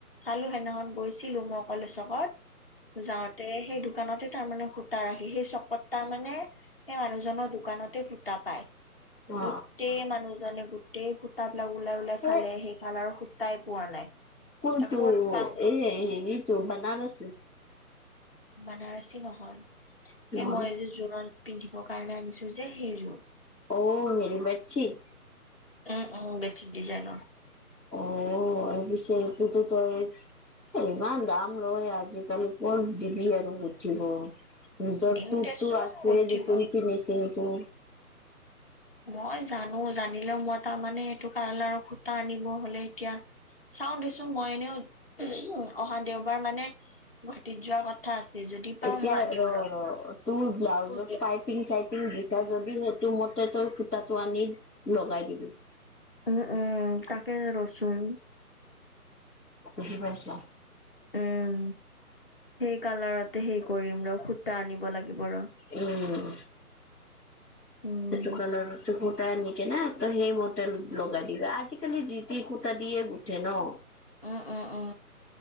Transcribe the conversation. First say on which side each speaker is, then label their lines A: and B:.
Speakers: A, on the left; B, on the left.
A: চালো সেইদিনাখন গৈছিলো মই কলেচকত যাওঁতে সেই দোকানতে তাৰমানে সুত সুতা ৰাখি সেই চকত তাৰ মানে সেই মানুহজনৰ দোকানতে সুতা পায়
B: অ
A: গোতেই মানুহজনে গোটেই সুতা বিলাক ওলাই ওলাই চালে
B: অ
A: সেই কালাৰৰ সুতাই পোৱা নাই
B: কোনতো
A: ত ক'ত পাওঁ
B: এই তো বনাৰস
A: বানাৰসী নহয় এই
B: অ
A: মই যে জোৰণ পিন্ধি বৰ কাৰণে আনিছো যে সেইযোৰ
B: অঔ হেৰি বেত চিত
A: উম উম বেছিক ডিজাইনৰ
B: অ এই পিছে সেইটোতো তই ইমান দাম লয় আজিকালি কত দিবি আৰু উঠিব, নিজৰ
A: দিম
B: টো
A: দেচোন
B: আছে
A: গুঠিব
B: দিচোন ফিনিচিংটো,
A: মই জানো জানিলেও মই তাৰমানে এইটো কালাৰ আৰু সুটা আনিব হলে এতিয়া। চাও দেচোন মই এনেও অহা দেওবাৰ মানে ঘাটিত যোৱা কথা আছে, যদি পাওঁ
B: এতিয়া
A: মই আনিম
B: ৰ ৰ, তোৰ ব্লাউজত
A: উম
B: পাইপিং চাইপিং দিছা যদি সেইটো মতে তই সুতাটো, আনী লগাই দিবি,
A: উম উম তাকে ৰচোন।
B: বুজি পাইছা,
A: উম সেই কালাৰতে সেই কৰিম ৰ সুতা আনিব লাগিব ৰ,
B: উম
A: উম
B: সেইটোকালাৰ সুতা আনি কেনে তই সেই মতে লগাই দিবি আজিকালি যি, টি সুতা দিয়ে গুঠে ন।
A: অ অ অ,